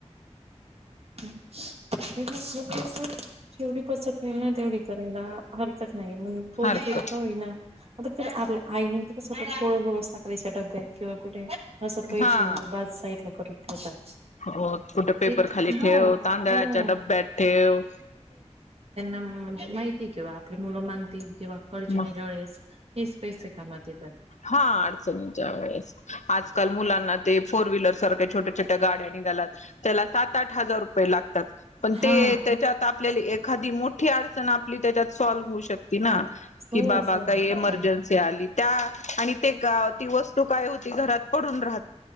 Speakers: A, on the right (about 55°); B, on the left (about 80°).
A: हम् <unintelligible> जेवढी बसत होईल ना तेवढी करायला हरकत नाही म्हणून थोड,
B: हरकत
A: थोड का होईना आता आपल्या आई तस. तहोळ होळ <unintelligible> साकळीचा ड ब्या किंवा गुठे असं पैसे
B: हा
A: बाद साईडला करून ठवतात
B: हो कुठे पेपर
A: तेच.
B: खाली
A: हो
B: ठेव
A: हो
B: तांदळाच्या डब्यात ठेव.
A: ह म्हणजे माहिती किंवा आपली मुलं मागतील. किंवा अडचणीच्यावेळेस.
B: मग
A: तीस पैसे कापते <unintelligible>
B: हा अडचणीच्या वेळेस. आजकाल मुलांना ते. फोर व्हीलर सारख्या छोट्या, छोट्या गाड्या निघाल्यात त्याला सात आठ. हजार रुपये लागतात. तात पण
A: हा
B: ते त्याच्यात आपल्याली एखादी मोठी अडचण आप <unintelligible> त्यात सॉल्व हो शकते ना की
A: हो
B: बाबा
A: सोडू
B: काय
A: शकते
B: एमर्जन्सी आली. त्या. आणि. ते का ती वस्तू काय होती घरात पडून राह